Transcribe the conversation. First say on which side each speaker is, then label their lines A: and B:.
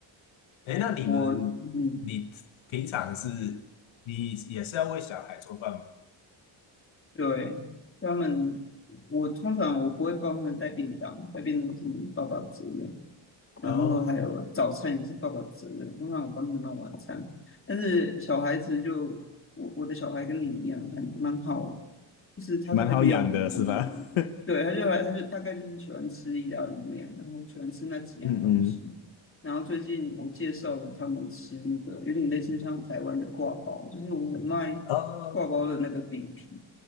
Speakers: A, on the left; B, on the left.
A: 哎，那你们，
B: 我嗯，
A: 你平常是，你也是要为小孩做饭吗？
B: 对，他们，我通常我不会帮他们带便当，带便当是爸爸的责任，
A: 哦，
B: 然后还有早餐也是爸爸的责任，通常我帮他们弄晚餐。但是小孩子就我我的小孩跟你一样，很蛮好，就是他大概就要什么，
A: 蛮好养的是吧？<laughs>
B: 对，他就来他就大概就是喜欢吃意大利面，然后喜欢吃那几样东西。
A: 嗯嗯，
B: 然后最近我介绍了他们吃那个有点类似像台湾的挂包，就是我们卖挂包的那个饼皮，
A: 哦，